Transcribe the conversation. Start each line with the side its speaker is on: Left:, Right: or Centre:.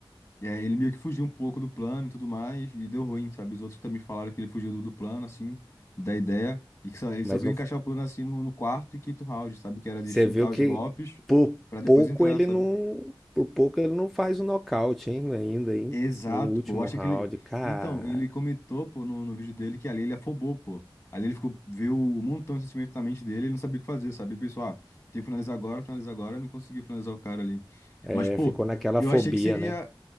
Left: É, ele meio que fugiu um pouco do plano e tudo mais, e deu ruim, sabe? Os outros também falaram que ele fugiu do, do plano, assim, da ideia, e que só, ele
Centre: Mas
Left: só veio
Centre: não,
Left: encaixar o plano assim no, no quarto e quinto round, sabe? Que era de
Centre: Você
Left: fintar
Centre: viu que
Left: os golpes
Centre: por
Left: pra depois
Centre: pouco
Left: entrar,
Centre: ele
Left: sabe?
Centre: não, por pouco ele não faz o nocaute, hein, ainda, hein?
Left: Exato,
Centre: No último
Left: pô. Eu acho
Centre: round,
Left: que ele.
Centre: cara.
Left: Então, ele comentou, pô, no, no vídeo dele que ali ele afobou, pô. Ali ele ficou, viu um montão de sentimento na mente dele, ele não sabia o que fazer, sabe? Ele pensou, ah, tem que finalizar agora, finalizar agora, e não conseguiu finalizar o cara ali.
Centre: É,
Left: Mas, pô,
Centre: ficou naquela
Left: eu
Centre: fobia,
Left: achei que seria.
Centre: né?